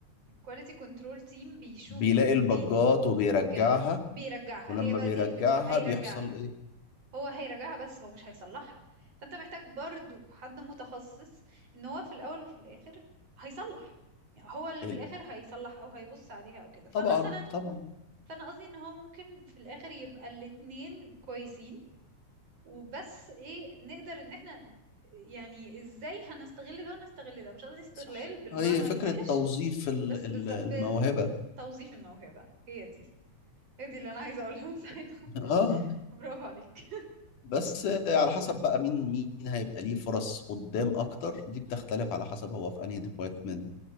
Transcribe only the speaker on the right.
quality control team بيشو
بي
بي
جا- بيرجعها
هي بقى
دي الفكرة هيرجعها
هو هيرجعها بس هو مش هيصلحها فانت محتاج برضو حد متخصص ان هو في الاول وفي الاخر هيصلح يعني هو اللي
في الاخر هيصلح او هيبص عليها او كده فمثلا
فانا قصدي ان هو ممكن في الاخر يبقى الاتنين كويسين وبس ايه نقدر ان احنا يعني ازاي هنستغل ده ونستغل ده مش قصدي استغلال
بالمعنى
الوحش
بس بالز-
بالظبط توظيف الموهبة هي دي هي دي اللي انا عايزة اقولها من ساعتها
<laughs> برافو عليك
مم.